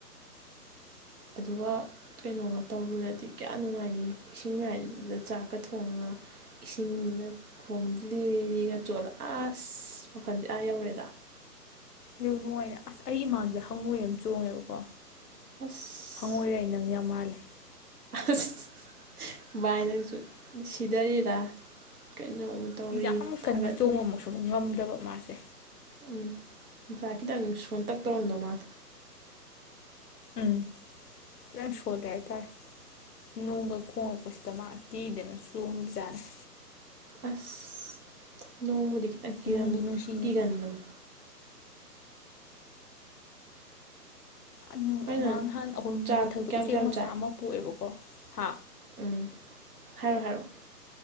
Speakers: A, on the left; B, on the right.
A: <unintelligible>
B: ꯑꯗꯨꯒ ꯀꯩꯅꯣꯒ ꯇꯧꯔꯨꯔꯗꯤ ꯀꯌꯥꯝ ꯅꯨꯡꯉꯥꯏꯅꯤ ꯏꯁꯤꯡ ꯃꯌꯥꯏꯗꯨꯗꯨꯗ ꯆꯥꯛꯀ ꯊꯣꯡꯉꯒ ꯏꯁꯤꯡꯗ ꯈꯣꯡꯗꯒ ꯆꯣꯠꯂꯛ ꯑꯁ ꯃꯈꯜꯁꯦ ꯑꯥ ꯌꯧꯔꯦꯗ
A: ꯌꯥꯝ ꯅꯨꯡꯉꯥꯏꯅꯦ ꯑꯁ ꯑꯩ ꯏꯃꯥꯡꯁꯤꯦ ꯍꯪꯉꯣꯏ ꯑꯃ ꯆꯣꯡꯉꯦꯕꯀꯣ
B: ꯑꯁ
A: ꯍꯪꯉꯣꯏꯔꯩ ꯌꯥꯝ ꯃꯥꯜꯂꯦ
B: ꯑꯁ ꯚꯥꯏ ꯅꯪꯁꯨ ꯁꯤꯗꯔꯤꯔꯥ ꯀꯩꯅꯣꯝꯃ ꯇꯧꯔꯤ
A: ꯌꯥꯝ ꯀꯟꯅ
B: ꯊꯥꯒꯠꯅꯤ
A: ꯆꯣꯡꯕꯃꯨꯁꯨ ꯉꯝꯗꯕ ꯃꯥꯁꯦ
B: ꯎꯝ ꯉꯁꯥ ꯈꯤꯇꯪ ꯁꯣꯟ ꯇꯛ ꯇꯧꯔꯝꯗꯧ ꯃꯥꯜ
A: ꯎꯝ ꯏꯝ ꯁꯣꯂꯦꯇꯥꯥꯏ ꯅꯣꯡꯒ ꯈꯣꯡꯉꯛꯄꯁꯤꯗ ꯃꯥ ꯑꯀꯤꯤꯗꯅ ꯆꯣꯡꯕꯖꯥꯠꯅꯤ
B: ꯑꯁ ꯅꯣꯡꯃꯀꯤ
A: ꯅꯨꯡꯕꯨ
B: ꯌꯥꯝ
A: ꯅꯨꯡꯁꯤꯅꯦ
B: ꯀ ꯀꯥꯟꯕꯅꯤ
A: ꯑꯉꯥꯡ
B: ꯚꯥꯏ
A: ꯅꯍꯥꯟ
B: ꯅꯪ
A: ꯑꯩꯈꯣꯏ
B: ꯆꯥꯛ
A: ꯃꯊꯛꯇ
B: ꯀꯌꯥꯝ
A: ꯎꯆꯦꯛ
B: ꯀꯌꯥꯝ
A: ꯃꯆꯥ
B: ꯆꯥꯏ
A: ꯑꯃ ꯄꯣꯛꯑꯦꯕꯀꯣ ꯍꯥ
B: ꯎꯝ ꯍꯔ ꯍꯥꯏꯔ